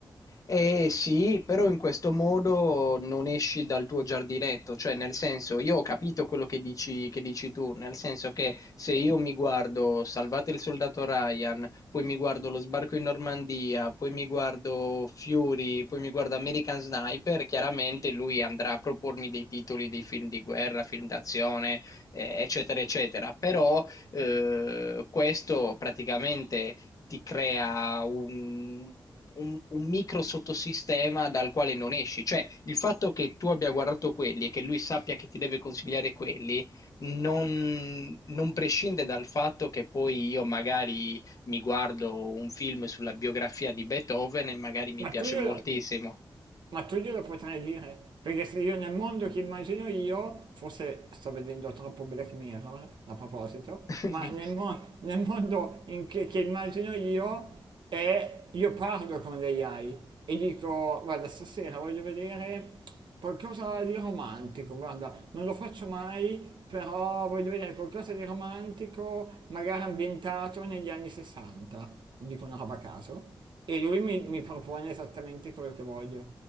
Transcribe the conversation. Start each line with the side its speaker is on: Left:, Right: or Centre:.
Left: Eh sì, però in questo modo non esci dal tuo giardinetto, cioè nel senso, io ho capito quello che dici, che dici tu, nel senso che se io mi guardo Salvate il soldato Ryan, poi mi guardo Lo sbarco in Normandia, poi mi guardo Fury, poi mi guardo American Sniper, chiaramente lui andrà a propormi dei titoli dei film di guerra, film d'azione, eh, eccetera, eccetera, però eh, questo praticamente ti crea un, un- un micro sottosistema dal quale non esci. Cioè, il fatto che tu abbia guardato quelli e che lui sappia che ti deve consigliare quelli, non, non prescinde dal fatto che poi io magari mi guardo un film sulla biografia di Beethoven e magari mi
Right: Ma
Left: piace
Right: tu glielo,
Left: moltissimo.
Right: Ma tu glielo potrai dire, perché se io nel mondo che immagino io, forse sto vedendo troppo Black Mirror a proposito,
Left: <laughs>
Right: ma nel, mo- nel mondo in che, che immagino io è, io parlo con l'AI e dico, guarda, stasera voglio vedere qualcosa di romantico, guarda, non lo faccio mai, però voglio vedere qualcosa di romantico, magari ambientato negli anni 60, dico una roba a caso, e lui mi mi propone esattamente quello che voglio